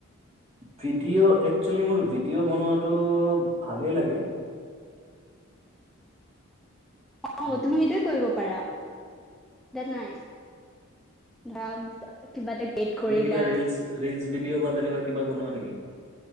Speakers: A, on the right; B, in the centre.
A: ভিডিঅ' একচুৱেলি মোৰ ভিডিঅ' বনোৱাটো ভালেই লাগে।
B: অ',
A: উম,
B: তুমি সেইটোৱে কৰিব পাৰা। দেটছ নাইচ <unintelligible> কিবা এটা কৰিলা
A: তুমি কিবা ৰিলচ, ৰিলচ ভিডিঅ' বা তেনেকুৱা কিবা বনোৱা নেকি?